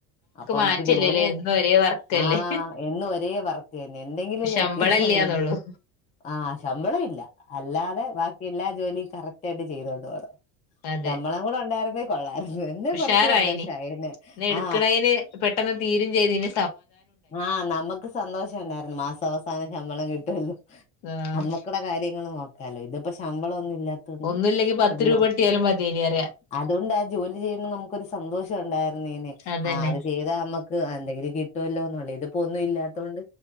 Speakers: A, on the left (about 15°); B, on the left (about 65°).
A: അപ്പ നമുക്ക്
B: മാറ്റല്ലല്ലേ
A: ജോലിയൊ
B: എന്നും ഒരേ വർക്കല്ലേ
A: ആഹ് എന്നും ഒരേ വർക്ക്‌. അതെന്നെ എന്തെങ്കിലും ഒരു
B: ശമ്പളം
A: വ്യത്യാസം
B: ഇല്ല്യാന്നുള്ളൂ
A: വേണ്ടേ. ആഹ് ശമ്പളയില്ല അല്ലാതെ ബാക്കിയെല്ലാ ജോലിയും. കറക്ട് ആയിട്ട് ചെയ്തോണ്ട് പോണം.
B: അതെ
A: ശമ്പളം കൂടെ ഉണ്ടായിരുന്നെ. കൊള്ളായിരുന്നു വലിയ
B: ഉഷാറായിനി
A: കൊറച്ചു സന്തോഷമായേനെ
B: ഇന്ന് എടുക്കണേന്
A: ആ.
B: പെട്ടെന്ന് തീരും ചെയ്തേനെ.
A: ആഹ് നമ്മക്ക് സന്തോഷം ഉണ്ടായിരുന്നു മാസവസാ നം ശമ്പളം കിട്ടുവല്ലോ.
B: ആഹ്
A: അന്നക്കടെ കാര്യങ്ങള് നോ അല്ല ഇതിപ്പൊ ശമ്പളൊന്ന്. ഇല്ലാതോണ്ട്
B: ഒന്നുല്ലെങ്കി പത്ത്
A: ചുമ്മാ
B: രൂപ കിട്ടിയാലും മതിയേനി പറയാ
A: അത്കൊണ്ടാ ജോലി ചെയ്യുമ്പോ നമുക്കൊരു സന്തോഷം ഉണ്ടായിരുന്നീന്നെ,
B: അതന്നെ
A: ആഹ് അത് ശീലവാ നമുക്ക് എന്തെങ്കിലും കി തല്ലോ ന്നൊടി ഇതിപ്പോ ഒന്നുല്ലാത്തോണ്ട്